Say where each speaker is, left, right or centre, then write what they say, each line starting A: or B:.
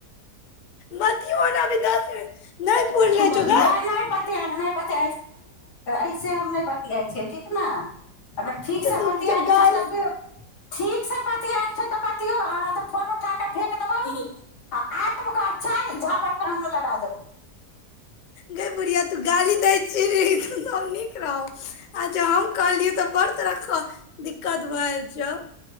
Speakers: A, on the left; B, on the left.
A: बतियौ ने अभी दस मिन नहि पूल
B: नहि
A: ले चुकै
B: नहि पताेऐे बात के ऐसे हम नहि बतििया छियै ठीक ना अगर ठीकसँ
A: तऽ तू
B: बतियाएके
A: जब गाली
B: छौ त ठीकसँ त फोन उठ फ देब अच्ा झ लगा देब
A: गै बुढ़िया तू गाली दै चीड़ी तब नीक रह आ ज हम कहलियै तऽ बड़ रख दिक्कत भए छौ